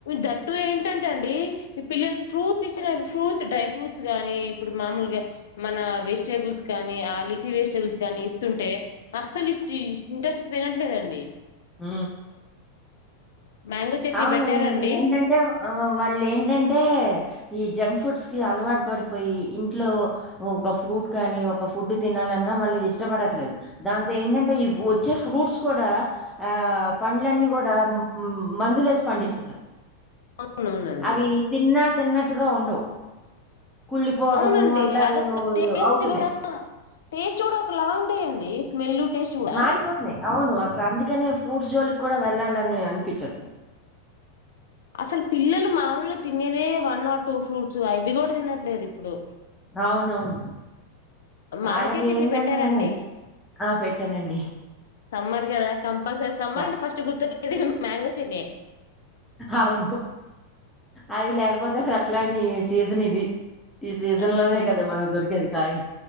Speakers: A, on the left; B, in the centre.
A: దట్టూ ఏంటంటే అండి ఈ పిల్లలకి ఫ్రూట్స్ ఇచ్చిన ఫ్రూట్స్ డ్రై ఫ్రూట్స్ గానీ ఇప్పుడు మామూలుగా మన వెజిటేబుల్స్ కానీ ఆ లిఫీ వెజిటేబుల్స్ కాని ఇస్తుంటే అస్సలు ఇష్ ఇంట్రెస్ట్ గా తినట్లేదండి
B: ఊ
A: మ్యాంగో చట్నీ
B: అవును
A: పెట్టారండి
B: ఈ ఏంటంటే వాళ్ళు ఏంటంటే ఈ జంక్ ఫుడ్స్ కి అలవాటు పడిపోయి ఇంట్లో ఒక ఫ్రూట్ కానీ ఒక ఫుడ్ తినాలన్నా వాళ్ళు ఇష్టపడట్లేదు దాంతో ఏంటంటే ఈ వచ్చే ఫ్రూట్స్ కూడా ఆ పండ్లన్నీ కూడా మందులేసి పండిస్తున్నారు
A: అవునవునండి
B: అవి తిన్నా తిన్నట్ అట్టుగా ఉండవు కుళ్ళిపోవడము
A: అవునండి
B: అట్లానే
A: అదొక టేస్ట్
B: అవుతున్నాయి
A: కూడా టేస్ట్ కూడా ఒకలా ఉంటాయండి స్మెల్ టేస్ట్ కూడా
B: మారిపోతున్నాయ్ అవును అ అసలు అందుకనే ఫ్రూట్స్ జోలికి కూడా వెళ్ళాలని అనిపించట్లా
A: అసలు పిల్లలు మాముూలు తినేదే వన్ ఆర్ టూ ఫ్రూట్స్ అవి కూడా తినట్లేదు ఇప్పుడు
B: అవునవును
A: మామిడికాయ
B: వాళ్ళకి
A: చట్నీ
B: ఏంటంటే
A: పెట్టారండి
B: ఆ పెట్టానండి
A: సమ్మర్ కదా కంపల్సరీ సమ్మర్
B: స
A: అంటే ఫస్ట్ గుర్తుట్ ఇది మాంగో చట్నీయే
B: అవును అది లేకపోతే అట్లాని సీజన్ ఇది ఈ సీజన్
A: అవునండి
B: లోనే కదా మనకు దొరికేది కాయ్